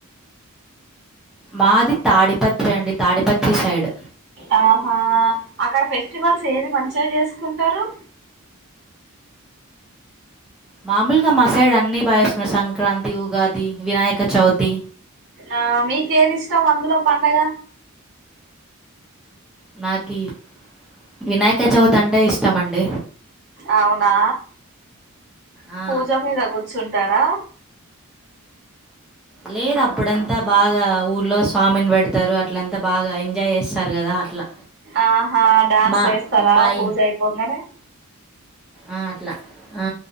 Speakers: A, in the centre; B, on the right.
A: మాది తాడిపత్రి అండి తాడిపత్రి సైడ్
B: ఆహా అక్కడ ఫెస్టివల్స్ ఏది మంచిగా చేసుకుంటారు
A: మామూలుగా మసైడు అన్ని బా ఇష్టమే సంక్రాంతి ఉగాది వినాయక చవితి
B: ఆ మీకేది ఇష్టం అందులో పండగ
A: నాకి వినాయక చవితి అంటే ఇష్టమండి
B: అవునా
A: ఆ,
B: పూజ మీద కూర్చుంటారా
A: లేరు అప్పుడంతా బాగా ఊర్లో స్వామిని పెడతారు అట్లంతా బాగా ఎంజాయ్ చేస్తారు కదా అట్లా
B: ఆహా డ్యాన్స్లు
A: మా
B: వేస్తారా
A: మై
B: పూజ అయిపోంగనే
A: ఆ అట్లా ఆ